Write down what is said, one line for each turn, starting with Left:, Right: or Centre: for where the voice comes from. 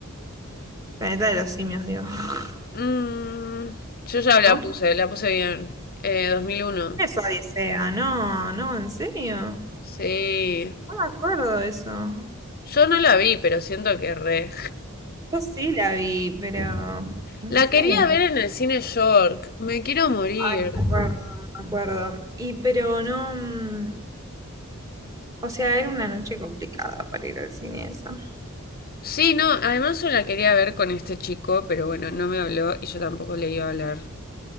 Right: Planeta de los simios, digo. <laughs>
Left: mm, yo ya la
Right: ¿No?
Left: puse, la puse bien. Eh, 2001.
Right: Es Odisea, no, no, en serio.
Left: Sí.
Right: No me acuerdo de eso.
Left: Yo no la vi, pero siento que re.
Right: Yo sí la vi, pero no
Left: La
Right: sé.
Left: quería ver en el cine York. Me quiero morir.
Right: Ay, me acuerdo, me acuerdo. Y pero no. mm, O sea, era una noche complicada para ir al cine esa.
Left: Sí, no, además yo la quería ver con este chico, pero bueno, no me habló y yo tampoco le iba a hablar.